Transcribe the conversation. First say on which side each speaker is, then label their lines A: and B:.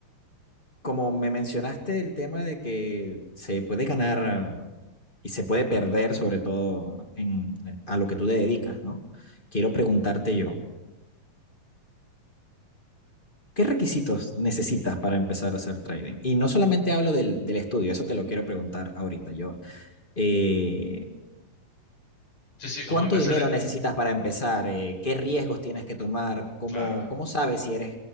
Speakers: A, on the left; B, on the left.
A: como me mencionaste el tema de que se puede ganar y se puede perder, sobre todo en, eh, a lo que tú te dedicas, ¿no?
B: Ujú.
A: Quiero preguntarte yo, ¿qué requisitos necesitas para empezar a hacer trading? Y no solamente hablo del, del estudio, eso te lo quiero preguntar ahorita. Yo, eh,
B: Sí, sí, cómo
A: ¿Cuánto
B: empezar,
A: dinero necesitas para empezar? Eh, ¿qué riesgos tienes que tomar? ¿Cómo,
B: claro.
A: cómo sabes si eres